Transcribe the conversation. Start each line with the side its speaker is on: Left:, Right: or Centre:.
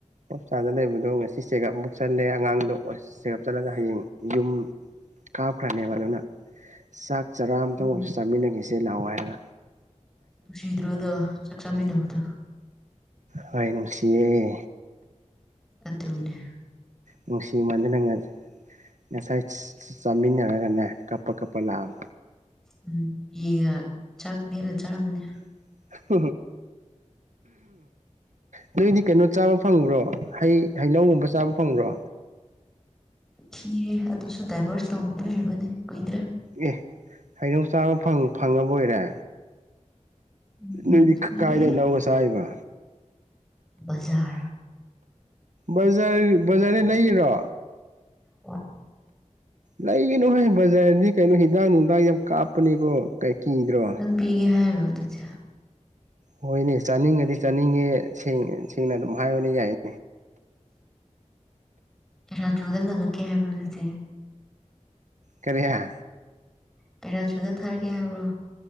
Right: ꯍꯣꯁꯄꯤꯇꯥꯜꯗ ꯂꯩꯕꯗꯣ ꯉꯁꯤ ꯆꯦꯒꯞ ꯑꯃꯨꯛ ꯆꯜꯂꯦ ꯑꯉꯥꯡꯗꯣ ꯆꯦꯒꯞ ꯆꯠꯂꯒ ꯍꯌꯦꯡ ꯌꯨꯝ ꯀꯥꯞꯈ꯭ꯔꯅꯦꯕ ꯑꯗꯨꯅ ꯆꯥꯛ ꯆꯔꯥ ꯑꯃꯇꯪ
Centre: ꯎꯝ
Right: ꯑꯣꯏꯔꯁꯨ ꯆꯥꯃꯤꯟꯅꯉꯤꯁꯦ ꯆ ꯂꯉꯥꯏꯗ
Centre: ꯅꯨꯡꯁꯤꯗ꯭ꯔꯣꯗꯣ ꯆꯥꯛ ꯆꯥꯃꯤꯟꯅꯕꯗꯣ
Right: ꯍ ꯅꯨꯡꯁꯤꯌ‌ꯦ
Centre: ꯑꯗꯨ ꯑꯗꯨꯗꯝꯅꯦ
Right: ꯅꯨꯡꯁꯤꯃꯗ ꯅꯪꯉꯁꯦ ꯉꯁꯥꯏ ꯆꯥꯃꯤꯟꯅꯔꯒꯅꯦ ꯀꯞꯄ ꯀꯞꯄ ꯂꯥꯛꯑꯅꯤ
Centre: ꯎꯝ ꯏꯒ ꯆꯥꯛ ꯃ‌ꯦꯠꯂ ꯆꯥꯔꯝꯅꯤ
Right: <unintelligible> ꯅꯣꯏꯗꯤ ꯀꯩꯅꯣ ꯆꯥꯕ ꯐꯪꯕ꯭ꯔꯣ ꯍꯩ ꯍꯩꯅꯧ ꯒꯨꯝꯕ ꯆꯥꯕ ꯐꯪꯕ꯭ꯔꯣ
Centre: ꯊꯤꯔꯦ ꯑꯗꯨꯁꯨ ꯗꯥꯏꯚꯔꯁ ꯇꯧꯗꯣꯏ ꯑꯗꯩ ꯀꯨꯏꯗ꯭ꯔ‌ꯦ
Right: ꯑꯦ ꯍꯩꯅꯧ ꯆꯥꯕ ꯐꯪꯉꯕ ꯑꯣꯏꯔꯦ
Centre: ꯎꯝ
Right: ꯅꯣꯏꯗꯤ
Centre: ꯀꯨꯏꯔꯦ
Right: ꯀꯥꯏꯗꯒꯤꯩ ꯂꯧꯒꯁ ꯍꯥꯏꯕ
Centre: ꯕꯖꯥꯔ
Right: ꯕꯖꯥꯔ ꯕꯖꯥꯔꯗꯩ ꯂꯩꯔꯣ
Centre: ꯍꯣꯏ
Right: ꯂꯩꯒꯤꯅꯨ ꯍꯣꯏ ꯕꯖꯥꯔꯗꯤ ꯀꯩꯅꯣ ꯍꯤꯗꯥꯛ ꯅꯨꯡꯗꯥꯡ ꯌꯥꯝ ꯀꯥꯞꯄꯅꯤꯀꯣ ꯀꯩ ꯀꯤꯗ꯭ꯔꯣ
Centre: ꯅꯪ ꯄꯤꯒꯦ ꯍꯥꯏꯔꯣ ꯄꯥꯖꯥ
Right: ꯍꯣꯏꯅꯦ ꯆꯥꯅꯤꯡꯉꯗꯤ ꯆꯥꯅꯤꯡꯉꯦ ꯎꯝ ꯁꯦꯡꯅ ꯑꯗꯨꯝ ꯍꯥꯏꯥꯏ ꯌꯥ <inaudible>
Centre: ꯔꯥꯖꯨꯗ ꯐꯉꯛꯀꯦ ꯍꯥꯏꯕꯗꯨꯗꯤꯦ
Right: ꯀꯔꯤꯍꯥ
Centre: ꯄꯦꯔꯥꯁꯨꯗꯇ ꯊꯔꯒꯦ ꯍꯥꯏꯕ꯭ꯔꯣ